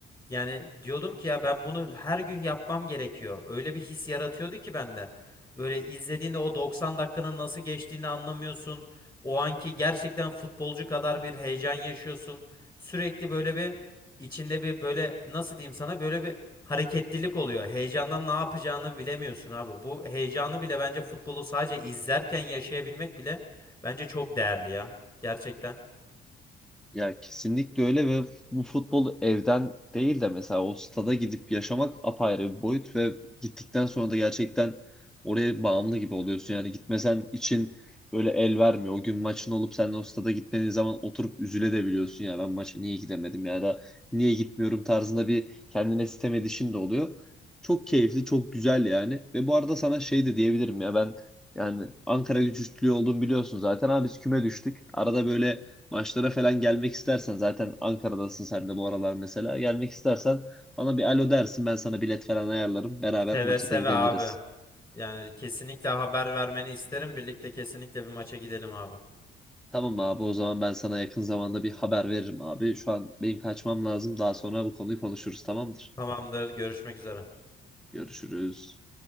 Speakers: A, on the left; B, in the centre.
A: Yani diyordum ki ya ben bunu her gün yapmam gerekiyor. Öyle bir his yaratıyordu ki bende. Böyle izlediğinde o 90 dakikanın nasıl geçtiğini anlamıyorsun. O anki gerçekten futbolcu kadar bir heyecan yaşıyorsun. Sürekli böyle bir içinde bir böyle nasıl diyeyim sana böyle bir hareketlilik oluyor. Heyecandan ne yapacağını bilemiyorsun abi. Bu heyecanı bile bence futbolu sadece izlerken yaşayabilmek bile bence çok değerli ya. Gerçekten.
B: Ya kesinlikle öyle ve bu futbol evden değil de mesela o stada gidip yaşamak apayrı bir boyut ve gittikten sonra da gerçekten oraya bağımlı gibi oluyorsun. Yani gitmesen için böyle el vermiyor. O gün maçın olup sen de o stada gitmediğin zaman oturup üzülebiliyorsun. Ya ben maça niye gidemedim ya da niye gitmiyorum tarzında bir kendine sitem edişin de oluyor. Çok keyifli, çok güzel yani. Ve bu arada sana şey de diyebilirim ya ben yani Ankara gücü üstlüğü olduğumu biliyorsun zaten. Abi biz küme düştük. Arada böyle Maçlara falan gelmek istersen zaten Ankara'dasın sen de bu aralar mesela. Gelmek istersen bana bir alo dersin ben sana bilet falan ayarlarım. Beraber
A: Seve
B: maça
A: seve
B: da gidebiliriz.
A: abi. Yani kesinlikle haber vermeni isterim. Birlikte kesinlikle bir maça gidelim abi.
B: Tamam abi o zaman ben sana yakın zamanda bir haber veririm abi. Şu an benim kaçmam lazım. Daha sonra bu konuyu konuşuruz tamamdır.
A: Tamamdır. Görüşmek üzere.
B: Görüşürüz.